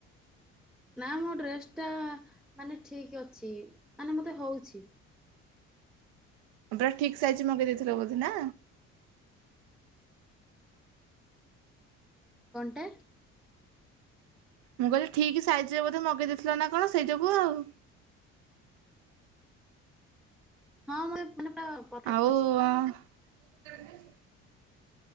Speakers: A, in the centre; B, on the right (about 60°).
A: ନା ମୋ ଡ୍ରେସ ଟା ମାନେ ଠିକ ଅଛି ।ମାନେ ମତେ ହଉଛି।
B: ପୁରା ଠିକ ସାଇଜ ମଗେଇ ଦେଇଥିଲ ବୋଧେ ନା।
A: କଣ୍ଟା
B: ମୁଁ କହିଲି ଠିକ ସାଇଜ ରେ ବୋଧେ ମଗେଇ ଦେଇଥିଲ ନା କଣ ସେଇ ଯୋଗୁ ଆଉ।
A: ହଁ <inaudible> ମାନେ ପୁରା ପରଫେକ୍ଟ
B: ଆଉ
A: ଅଛି।
B: <inaudible>